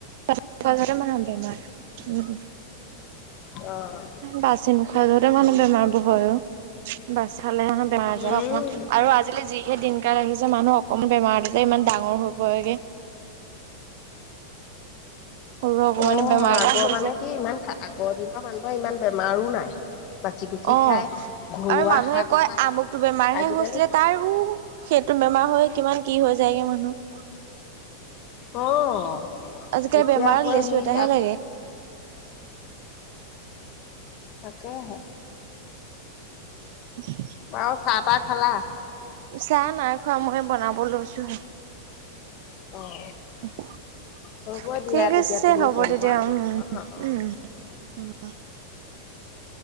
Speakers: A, on the right (about 60°); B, on the left (about 40°).
A: নোখোৱা যহতে মানুহৰ বেমাৰ। উম।
B: অ',
A: বাচি নোখোৱা যহতে মানুহ বোৰ বেমাৰবোৰ হয়, বাচি খালে হে বেমাৰ
B: উম।
A: আ অকণমান আৰু আজিলি যিহে দিনকাল আহিছে। মানুহ অকণমান বেমাৰতে যে ইমান ডাঙৰ হৈ হয়েগে। সৰু অকমানি
B: আহ
A: বেমাৰ
B: আগৰ
A: এটা হৈছে।
B: মানে কি ইমান আগৰ দিনৰ মানুহৰ ইমান বেমাৰো নাই। বাচি কুচি
A: অ'
B: খায় ঘৰুৱা
A: আৰু মানুহে
B: শাক
A: কয়
B: খায়
A: আমুকটো বেমাৰহে
B: আজিকালি
A: হৈছিলে তাৰও সেইটো বেমাৰৰ বেমাৰহ হয় কিমান কি হৈ যায়গৈ মানুহ।
B: অ'
A: আজিকালি
B: এতিয়া
A: বেমাৰক
B: হয়
A: লেচু
B: সেইৰি
A: এটাহে লাগে।
B: তাকেহে
A: <inaudible>
B: আৰু চাহ তাহ খালা।
A: চাহ নাই খোৱা মই বনাব লৈছোহে।
B: অঁ
A: <inaudible>
B: হ'ব দিয়া
A: ঠিক
B: তেতিয়া
A: আছে
B: তুমি
A: হ'ব
B: বনোৱা
A: তেতিয়া উম,
B: অঁ অঁ হ'ব
A: উম,
B: দিয়া
A: উম। <inaudible>